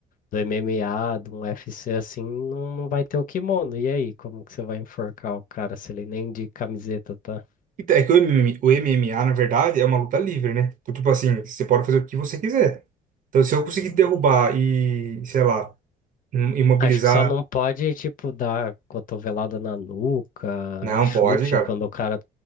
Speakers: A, on the left; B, on the right.
A: do MMA, de um UFC assim, não, não vai ter o kimono. E aí, como que você vai enforcar o cara se ele nem de camiseta tá?
B: E É que o MMA, o MMA, na verdade, é uma luta livre, né? Então, tipo assim, você pode fazer o que você quiser. Então, se eu conseguir
A: Hum.
B: derrubar e, sei lá, im- imobilizar.
A: Acho que só não pode, tipo, dar cotovelada na nuca,
B: Não,
A: chute
B: pode, cara.
A: quando o cara.